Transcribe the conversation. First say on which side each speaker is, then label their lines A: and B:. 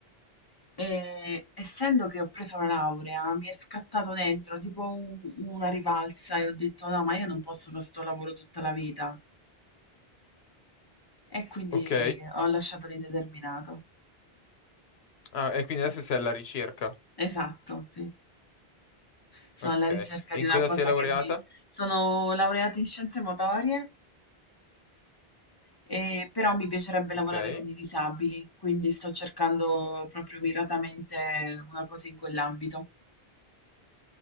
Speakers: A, on the left (about 40°); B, on the left (about 80°).
A: E essendo che ho preso la laurea, mi è scattato dentro tipo un- una rivalsa e ho detto no, ma io non posso fare sto lavoro tutta la vita. E quindi
B: Ok.
A: ho lasciato l'indeterminato.
B: Ah, e quindi adesso sei alla ricerca.
A: Esatto, sì. sono
B: Ok.
A: alla ricerca
B: E
A: di
B: in
A: una
B: cosa
A: cosa
B: sei laureata?
A: che mi... Sono laureata in scienze motorie, e- però mi piacerebbe
B: Ok.
A: lavorare con i disabili, quindi sto cercando proprio miratamente una cosa in quell'ambito.